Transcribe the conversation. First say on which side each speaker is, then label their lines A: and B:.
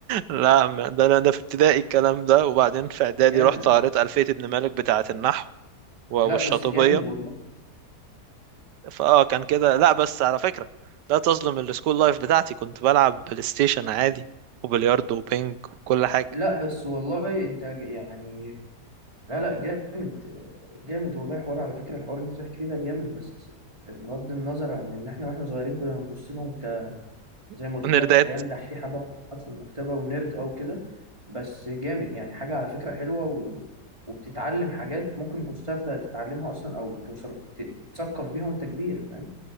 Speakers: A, on the right; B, on the right.
A: لا ما- ده انا ده في ابتدائي الكلام ده وبعدين في اعدادي
B: جامد
A: رحت قريت ألفية ابن مالك بتاعة النحو و- والشاطبية
B: لا بس جامد والله
A: فاه كان كده لا بس على فكرة لا تظلم السكول لايف بتاعتي كنت بلعب بلاي ستيشن عادي وبلياردو وبينج وكل حاجة
B: لا بس والله انت ج- يعني لا لا جامد جامد والله حوار على فكرة الحوار اللي انت بتحكي فيه ده جامد بس بغض النظر عن ان احنا واحنا صغيرين كنا بنبص لهم
A: <laughs>
B: زي ما قلت
A: ونردات
B: لك عيال دحيحه بقى بتبحث عن المكتبه ونيرد او كده بس جامد يعني حاجه على فكره حلوه و... وبتتعلم حاجات ممكن ما كنتش تعرف تتعلمها اصلا او توصل تت- تتثقف بيها وانت كبير فاهم